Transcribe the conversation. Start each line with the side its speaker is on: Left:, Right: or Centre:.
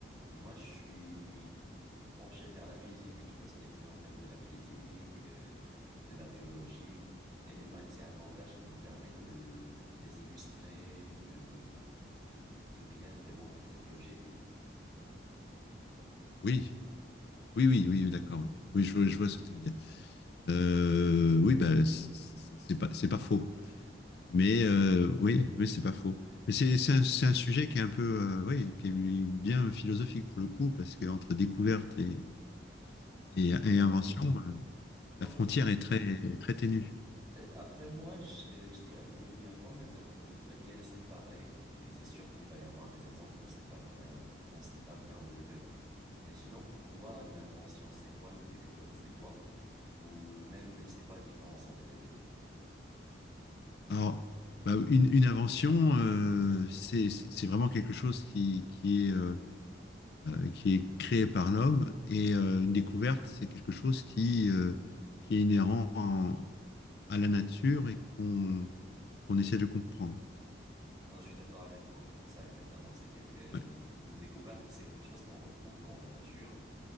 Right: Mais moi, je suis penché vers la physique. Tu vois, c'est des phénomènes de la physique, euh, de la biologie. Et les maths, c'est un langage qui nous permet de les illustrer, de, de bien démontrer cette logique.
Left: Oui, oui, oui, oui, oui, d'accord, oui. Oui, je, vois je vois ce que tu veux dire. Euh, oui, bah, c'est c'est- c'est pas, c'est pas faux. Mais euh, oui, oui, c'est pas faux. Mais c'est
Right: Non, non,
Left: c'est un, c'est un sujet qui est un peu, euh, oui, qui est bien philosophique pour le coup, parce que entre découverte et Et,
Right: Justement,
Left: et invention, euh,
Right: en
Left: la frontière
Right: fait,
Left: est très, très ténue.
Right: Euh, Après moi, je, je dirais qu'il y a quand même, on peut très bien les séparer et c'est sûr qu'il va y avoir des exemples où c'est pas bien, on sait pas bien où le mettre. Mais sinon, pour toi, une invention, c'est quoi? Une découverte, c'est quoi? Ou même, c'est quoi la différence entre les deux?
Left: Alors, bah, une, une invention, euh, c'est c'est vraiment quelque chose qui, qui est, euh, euh, qui est créé par l'homme et euh, une découverte, c'est quelque chose qui, euh, qui est inhérent en- à la nature et qu'on qu'on essaie de comprendre.
Right: Non, je suis d'accord avec toi. C'est ça exactement. C'est que, que l-
Left: Ouais.
Right: une découverte, c'est quelque chose qu'on retrouve dans la nature